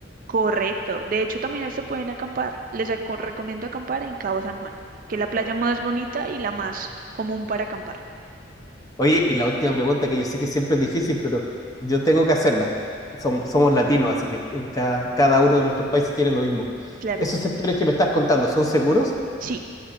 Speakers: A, on the right; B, on the left.
A: Correcto. De hecho, también se pueden acampar. Les aco- recomiendo acampar en Cabo San Juan, que es la playa más bonita y la más común para acampar.
B: Oye, y la última pregunta que yo sé que siempre es difícil, pero yo tengo que hacerla. Som- somos latinos, así que en cada, cada uno de nuestros países tiene lo mismo.
A: Claro.
B: ¿Esos sectores que me estás contando son seguros?
A: Sí.